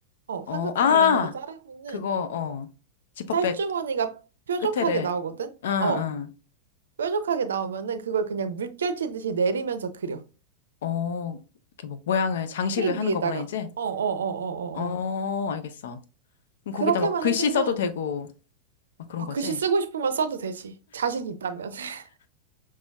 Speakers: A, on the right (about 65°); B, on the left (about 55°).
A: 어,
B: 어,
A: 삼각형
B: 아!
A: 모양으로 자르면은
B: 그거, 어. 지퍼백
A: 짤주머니가 뾰족하게
B: 끝에를.
A: 나오거든?
B: 응, 응.
A: 어, 뾰족하게 나오면은 그걸 그냥 물결 치듯이 내리면서 그려.
B: 어, 이렇게 뭐, 모양을, 장식을
A: 케이크
B: 하는
A: 위에다가.
B: 거구나, 이제.
A: 어, 어, 어, 어, 어,
B: 어,
A: 어.
B: 알겠어. 그럼
A: 그렇게만
B: 거기다 막 글씨
A: 해주면
B: 써도 되고, 막 그런
A: 아
B: 거지?
A: 글씨 쓰고 싶으면 써도 되지. 자신 있다면. <laughs>